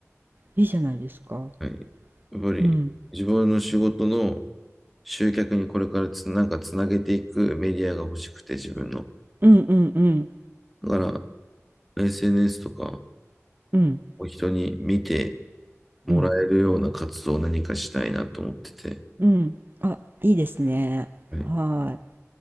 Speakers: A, on the right; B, in the centre.
A: いいじゃないですか。
B: はい、やっぱり、
A: うん
B: 自分の仕事の集客にこれからつ、なんかつなげていくメディアが欲しくて、自分の。
A: うんうんうん
B: だから、SNS とか、
A: うん
B: を人に見てもらえるような活動を何かしたいなと思ってて。
A: うんうんあいいですね。
B: はい。
A: は